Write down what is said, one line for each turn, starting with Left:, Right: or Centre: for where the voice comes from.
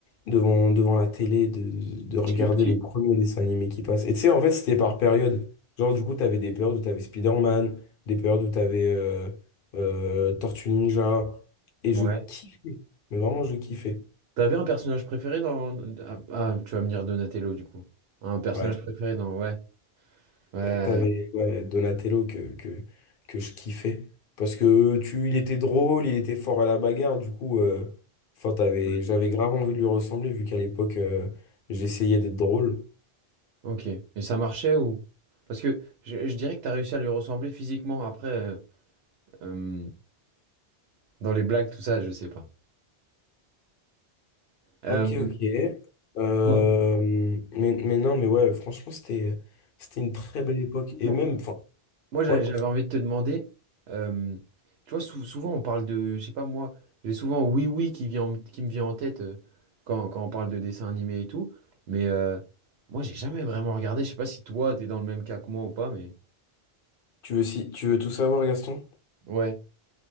Left: devant, devant la télé, de, de regarder
Right: Je suis petit.
Left: le premier dessin animé qui passe. Et tu sais, en fait, c'était par période. Genre, du coup, t'avais des périodes où t'avais Spider-Man, des périodes où t'avais euh, euh, Tortue Ninja, et
Right: Ouais.
Left: je kiffais. Mais vraiment, je kiffais.
Right: T'avais un personnage préféré dans. Ah, ah, tu vas me dire Donatello, du coup. Un personnage
Left: Ouais.
Right: préféré dans. Ouais. Ouais.
Left: T'avais ouais, Donatello que, que, que je kiffais. Parce que tu, il était drôle, il était fort à la bagarre, du coup, euh, enfin, t'avais,
Right: Ouais.
Left: j'avais grave envie de lui ressembler, vu qu'à l'époque, euh, j'essayais d'être drôle.
Right: Ok. Et ça marchait ou. Parce que je, je dirais que t'as réussi à lui ressembler physiquement. Après, euh, euh, dans les blagues, tout ça, je sais pas. Euh,
Left: Ok, ok. Euh,
Right: Ouais.
Left: mais, mais non, mais ouais, franchement, c'était, c'était une très belle époque. Et
Right: Bon.
Left: même, enfin,
Right: Moi, j'a-
Left: ouais,
Right: j'avais envie de te demander, euh, tu vois, sou- souvent on parle de, je sais pas moi, j'ai souvent Oui Oui qui vient, en- qui me vient en tête euh, quand, quand on parle de dessins animés et tout, mais euh, moi, j'ai jamais vraiment regardé, je sais pas si toi, t'es dans le même cas que moi ou pas, mais...
Left: tu veux, si, tu veux tout savoir, Gaston?
Right: Ouais.